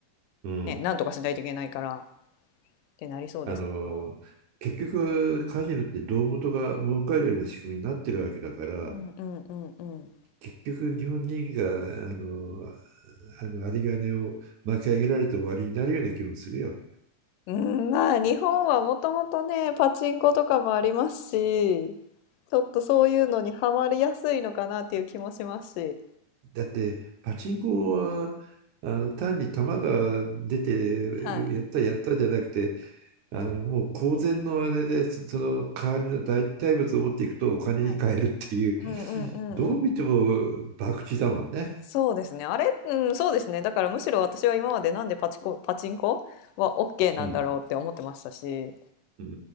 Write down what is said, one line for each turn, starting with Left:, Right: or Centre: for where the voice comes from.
Right: う。うん。
Left: ね、なんとかしないといけないからってなりそうですけど。
Right: あの、結局カジノって胴元が儲かるような仕組みになってるわけだから、
Left: うんうんうんうん。
Right: 結局日本人が、あの、あの、有り金を巻き上げられて終わりになるような気もするよ。
Left: うん、まあ日本はもともとね、パチンコとかもありますし、ちょっとそういうのにハマりやすいのかなっていう気もしますし。
Right: だって、パチンコは、あの単に球が出てやったやったじゃなくて
Left: はい。
Right: あの、もう公然のあれで、そその代わりの代替物を持っていくとお金に換えるっていう、
Left: はい。うんうんうんうんうん。
Right: どう見ても博打だもんね。
Left: そうですね。あれ、うん、そうですね。だからむしろ私は今までなんでパチコ、パチンコは OK なんだろうって思ってましたし、
Right: うん。うんう